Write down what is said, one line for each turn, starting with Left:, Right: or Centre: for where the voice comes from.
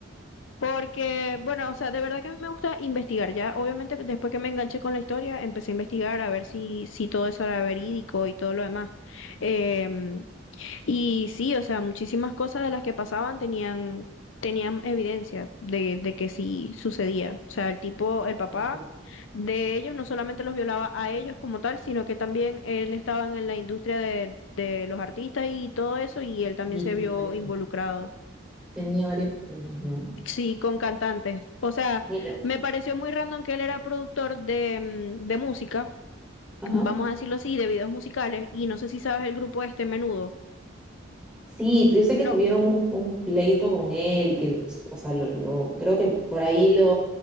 Left: Porque, bueno, o sea, de verdad que a mí me gusta investigar, ya. Obviamente, que después que me enganché con la historia, empecé a investigar a ver si, si todo eso era verídico y todo lo demás. Em, y sí, o sea, muchísimas cosas de las que pasaban tenían, tenían evidencia de, de que sí sucedía. O sea, el tipo, el papá
Centre: ese-
Left: de ellos no solamente los violaba a ellos como tal, sino que también él estaba en la industria de, de los artistas y todo eso, y él también
Centre: Y
Left: se
Centre: tenía
Left: vio
Centre: varios,
Left: involucrado
Centre: pro- tenía varios problemas, ¿no?
Left: Sí, con cantantes. O sea,
Centre: Mira,
Left: me pareció muy random que él era productor de, mm, de música,
Centre: ajá.
Left: vamos a decirlo así, de videos musicales, y no sé si sabes el grupo este Menudo.
Centre: Sí, yo sé
Left: No,
Centre: que tuvieron un, un pleito con él y que, o sea, lo, lo- creo que por ahí lo,